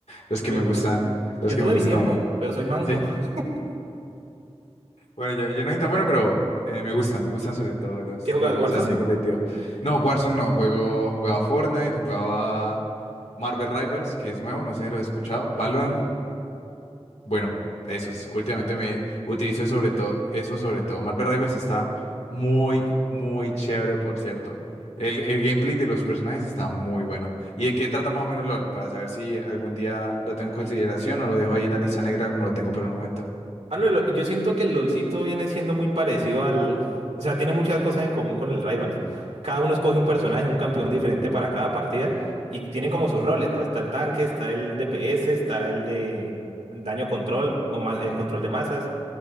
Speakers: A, on the left; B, on the right.
A: los
B: Yo,
A: que me
B: yo,
A: gustan, los
B: yo
A: que
B: tuve
A: me gustan
B: mi tiempo,
A: a mí.
B: pero soy manco.
A: ¿Sí?
B: <laughs>
A: Bueno, yo, yo no soy tan bueno, pero eh, me gustan, me gustan sobre todo los,
B: ¿Qué jugás,
A: los juegos
B: Warzone?
A: así competitivos. No, Warzone no, juego, jugaba Fortnite, jugaba Marvel Rivals, que es nuevo, no sé si lo has escuchado. Valorant.
B: Sí, sí.
A: Bueno, eso es. Últimamente me utilizo sobre todo eso sobre todo. Marvel Rivals está muy, muy chévere, por cierto. El, el gameplay de los personajes está muy bueno. ¿Y de qué trata más o menos LOL? Para saber si algún día lo tengo en consideración o lo dejo ahí en la lista negra como lo tengo por el momento.
B: Ah, no, lo- yo siento que el LOLcito viene siendo muy parecido al... O sea, tiene muchas cosas en común con el Rivals. Cada uno escoge un personaje, un campeón diferente para cada partida y tienen como sus roles, ¿no? Está el tanque, está el DPS, está el de daño control o ma- eh,
A: Ujú.
B: control de masas,